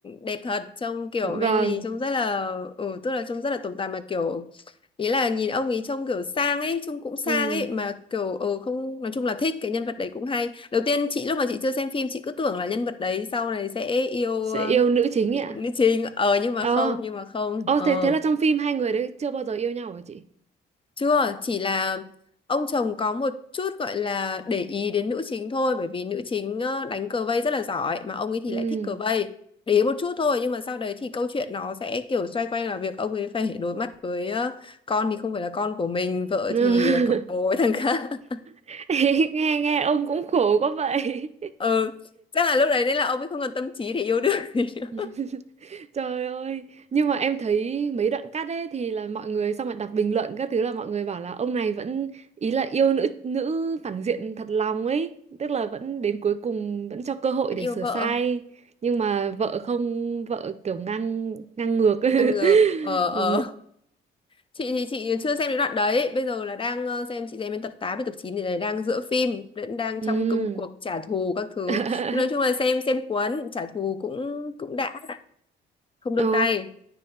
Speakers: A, on the left (about 25°); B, on the right (about 35°).
A: đẹp thật trông kiểu
B: vâng
A: men lì trông rất là ừ tức là trông rất là tổng tài mà kiểu ý là nhìn ông ấy trông kiểu sang ấy trông cũng sang
B: ừ.
A: ấy mà kiểu ừ không nói chung là thích cái nhân vật đấy cũng hay đầu tiên chị lúc mà chị chưa xem phim chị cứ tưởng là nhân vật đấy sau này sẽ yêu
B: sẽ
A: ờ,
B: yêu nữ chính ấy ạ
A: nữ chính ờ nhưng mà
B: ờ
A: không nhưng mà không
B: ờ
A: ờ
B: thế thế là trong phim hai người đấy chưa bao giờ yêu nhau hả chị
A: chưa, chỉ là ông chồng có một chút gọi là để ý đến nữ chính thôi bởi vì nữ chính ờ, đánh cờ vây rất là giỏi mà ông ấy
B: ừ
A: thì lại thích cờ vây. Để ý một chút thôi nhưng mà sau đấy thì câu chuyện nó sẽ kiểu xoay quanh là việc ông ấy phải đối mặt với ờ, con thì không phải là con của mình, vợ
B: <laughs>
A: thì cặp bồ với thằng khác. <laughs>
B: <laughs> nghe nghe ông cũng khổ quá vậy
A: Ừ, chắc là lúc đấy nên là ông ấy không còn tâm trí để yêu đương gì nữa.
B: <laughs> Trời ơi, nhưng mà em thấy mấy đoạn cắt ấy thì là mọi người xong rồi đọc bình luận các thứ là mọi người bảo là ông này vẫn ý là yêu nữ nữ phản diện thật lòng ấy, tức là vẫn đến cuối cùng vẫn cho cơ hội
A: Vẫn
B: để
A: yêu
B: sửa
A: vợ,
B: sai, nhưng mà vợ không vợ kiểu ngang ngang ngược.
A: ngang ngược.
B: <laughs>
A: Ờ ờ.
B: ừ.
A: chị thì chị chưa xem đến đoạn đấy bây giờ là đang ờ, xem chị xem đến tập 8 với tập 9 thì là đang giữa phim vẫn đang
B: Ừ.
A: trong công cuộc trả thù các thứ
B: <laughs>
A: nhưng nói chung là xem xem cuốn trả thù cũng cũng đã không nương
B: Ồ,
A: tay